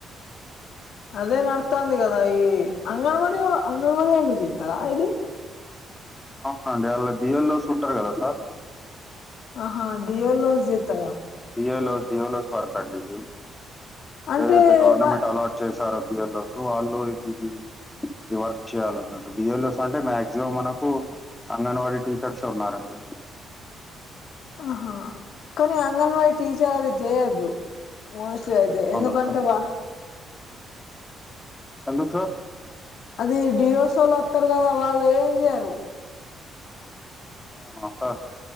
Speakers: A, on the left (about 70°); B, on the left (about 15°).
A: అదే నడుత్తాంది కదా ఈ అంగన్వాడి వా అంగన్వాడి వాళ్ళు చేత్తారా ఇది
B: అవునండి అల్లా బి యల్ వో స్ ఉంటారు కదా సార్
A: ఆహా డి యల్ వో స్ జేత్తరా
B: డి యల్ వో దియోలోస్ వర్క్ అండి ఇది
A: అంటే
B: ఏదైతే గవర్నమెంట్
A: మ
B: అలాట్ చేసారో బి ఎల్ వో స్ వాళ్ళు ఇది ఈ వర్క్ చెయ్యాలి అన్నట్టు బి ఎల్ వో స్ అంటే మాక్సిమం మనకు అంగన్వాడి టీచర్సే ఉన్నారండి
A: ఆహా కానీ అంగన్వాడి టీచర్ అది జేయద్దు మోస్లీ అయితే
B: అవునా
A: ఎందుకంటే
B: సార్
A: వా
B: ఎందుకు సార్
A: అది డియోస్ ఓళ్ళు వత్తరు కదా వాళ్ళు ఏం చెయ్యరు
B: అవునా సార్